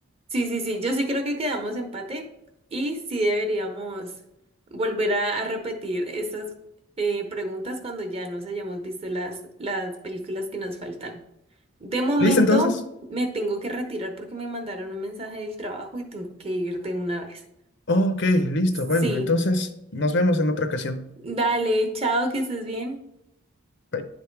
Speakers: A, on the right; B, on the left.
A: Sí, sí, sí, yo sí creo que quedamos empate y sí deberíamos volver a, a repetir esas eh, preguntas cuando ya nos hayamos visto las, las películas que nos faltan. De momento
B: ¿Listo entonces?
A: me tengo que retirar porque me mandaron un mensaje del trabajo y tengo que irte una vez.
B: Ok, listo.
A: Sí,
B: Bueno, entonces nos vemos en otra ocasión.
A: dale, chao, que estés bien.
B: Bye.